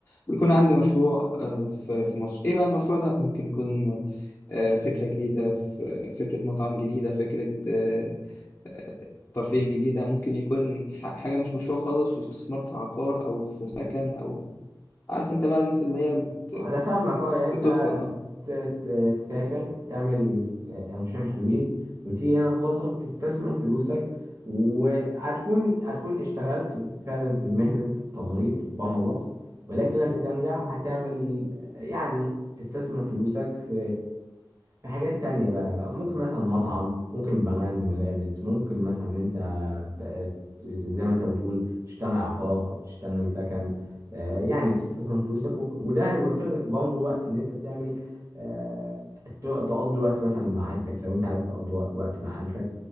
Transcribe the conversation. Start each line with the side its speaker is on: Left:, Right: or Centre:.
Left: ويكون عندي مشروع آه، في, في مصر ايه بقى المشروع ده ممكن يكون آه، فكره جديده ف- فكره مطعم جديده فكره آه، آه، ترفيه جديدة ممكن يكون ح- حاجة مش مشروع خالص واستثمار في عقار أو في سكن أو عارف أنت بقى الناس اللي هي بت...
Right: انا
Left: بت...
Right: فاهمك اه يعني انت
Left: بتدخل أه
Right: ت- ت- تسافر تعمل آه، قرشين حلوين وتيجي هنا في مصر تستثمر فلوسك وهتكون هتكون اشتغلت فعلا في مهنة التمريض بره مصر ولكن لما ترجع هتعمل يعني تستثمر فلوسك في في حاجات تانية بقى ممكن مثلا مطعم ممكن براند ملابس ممكن مثلا إن انت ت- ت- زي ما انت بتقول تشتري عقار او تشتري سكن آه، يعني بتستثمر فلوسك و- وده هيوفر لك برضه وقت ان انت تعمل آه، ت- تقضي وقت مثلا مع عيلتك لو انت عايز تقضي وق- وقت مع عيلتك